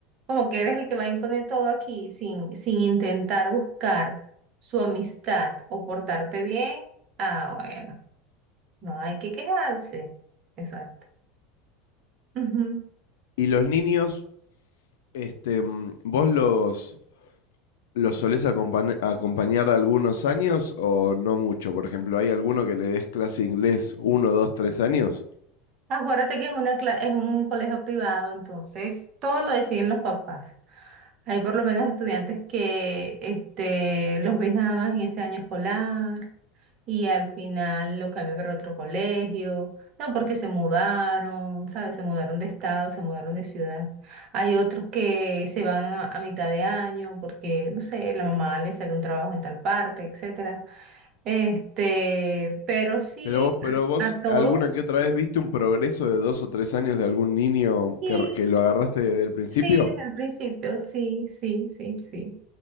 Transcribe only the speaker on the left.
Y los niños, este, mm, ¿vos los, los solés acompañ- acompañar algunos años o no mucho? Por ejemplo, ¿hay alguno que le des clase de inglés uno, dos, tres años?
Pero vos, pero vos
alguna que otra vez viste un progreso de dos o tres años de algún niño
que, r- que lo agarraste desde el principio?